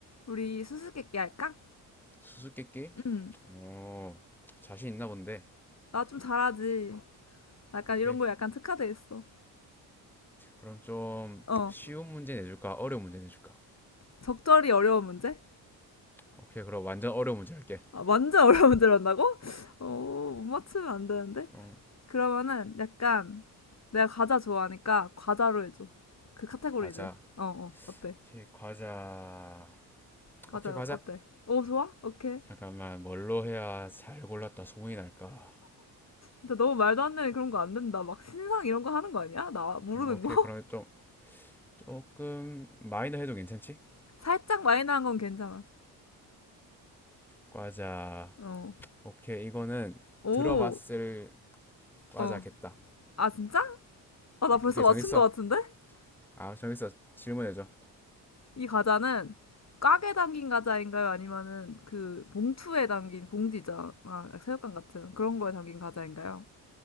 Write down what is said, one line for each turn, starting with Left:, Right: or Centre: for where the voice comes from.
Left: 우리 수수께끼 할까?
Centre: 수수께끼?
Left: 응.
Centre: 오, 자신 있나 본데.
Left: 나 좀 잘하지. 약간
Centre: 오케이.
Left: 이런 거 약간 특화돼 있어.
Centre: 그럼 좀
Left: 어.
Centre: 쉬운 문제 내줄까? 어려운 문제 내줄까?
Left: 적절히 어려운 문제?
Centre: 오케이. 그럼 완전 어려운 문제 할게.
Left: 아, 완전 <laughs> 어려운 문제를 한다고? 어, 못 맞추면 안 되는데.
Centre: 좀
Left: 그러면은 약간 내가 과자 좋아하니까 과자로 해줘. 그 카테고리를.
Centre: 과자.
Left: 어, 어. 어때?
Centre: 오케이, 과자.
Left: 과자
Centre: 오케이, 과자.
Left: 어때? 오, 좋아? 오케이.
Centre: 잠깐만, 뭘로 해야 잘 골랐다 소문이 날까?
Left: 근데 너무 말도 안 되는 그런 거 안 된다. 막 신상 이런 거 하는 거 아니야? 나 모르는
Centre: 음, 오케이.
Left: 거?
Centre: 그러면 좀 조금 마이너 해도 괜찮지?
Left: <laughs> 살짝 마이너한 건 괜찮아.
Centre: 과자.
Left: 어.
Centre: 오케이. 이거는
Left: 오.
Centre: 들어봤을 과자겠다.
Left: 어. 아, 진짜? 아, 나
Centre: 음,
Left: 벌써
Centre: 오케이.
Left: 맞춘
Centre: 정했어.
Left: 거 같은데?
Centre: 아, 정했어. 질문해줘.
Left: 이 과자는 꽉에 담긴 과자인가요? 아니면은 그 봉투에 담긴 봉지잖아. 새우깡 같은 그런 거에 담긴 과자인가요?